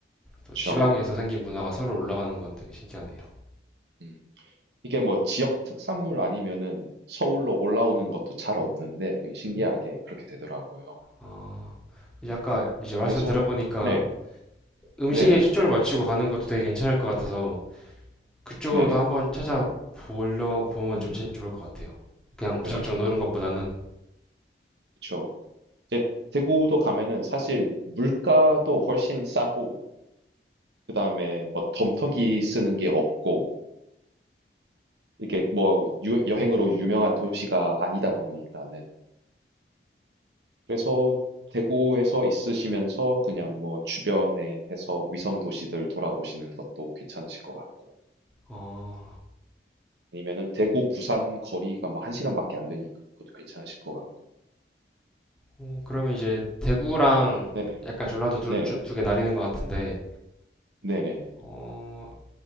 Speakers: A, in the centre; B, on the right.
A: 또
B: 그쵸.
A: 지방에서 생긴 문화가 서로 올라가는 건 되게 신기하네요.
B: 음. 이게 뭐 지역 특산물 아니면은 서울로 올라오는 것도 잘 없는데 그냥 신기하게 그렇게 되더라고요.
A: 아, 이제 아까 이제 말씀
B: 그래서,
A: 들어보니까
B: 네,
A: 음식에
B: 네네,
A: 초점을 맞추고 가는 것도 되게 괜찮을 것 같아서 그쪽으로도
B: 네네,
A: 한번 찾아보려 보면
B: 음,
A: 좀 제- 좋을 것 같아요. 그냥
B: 네,
A: 무작정 노는 것보다는
B: 그쵸. 이제 대구도 가면은 사실 물가도 훨씬 싸고, 그다음에 뭐 덤터기 쓰는 게 없고, 이게 뭐 유- 여행으로 유명한 도시가 아니다 보니까는. 그래서 대구에서 있으시면서 그냥 뭐 주변에 해서 위성 도시들 돌아보시는 것도 괜찮으실 것 같고,
A: 어,
B: 아니면은 대구 부산 거리가 뭐 한 시간밖에 안 되니까 그것도 괜찮으실 것 같고.
A: 어, 그러면 이제 대구랑
B: 네네,
A: 약간 전라도 둘
B: 네네,
A: 중 두개 나뉘는 것 같은데
B: 네네,
A: 어,